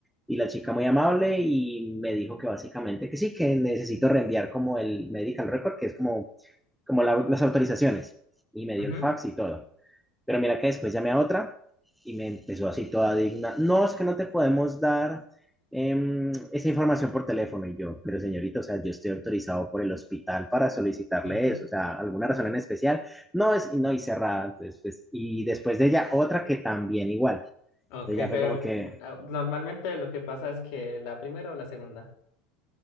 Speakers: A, in the centre; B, on the left.
A: y la chica muy amable y me dijo que básicamente que sí, que necesito reenviar como el medical record, que es como como la- las autorizaciones, y me
B: Ujú,
A: dio el fax y todo. Pero mira que después llamé a otra y me empezó así toda digna. No, es que no te podemos dar em, esa información por teléfono. Y yo, pero señorita, o sea, yo estoy autorizado por el hospital para solicitarle
B: ujú.
A: eso, o sea, alguna razón en especial. No, es, no, y cerrada. Entonces, pues, y después de ella, otra que también igual.
B: Ok,
A: Ella fue
B: pero
A: como que,
B: mm, ah, normalmente lo que pasa es que la primera o la segunda.